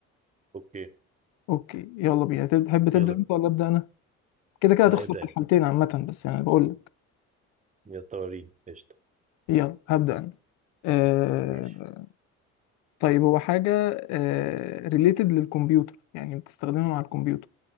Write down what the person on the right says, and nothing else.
اوكي
يلا
بينا.
لا
ابدأ
انت
يلا وريني قشطة
ماشي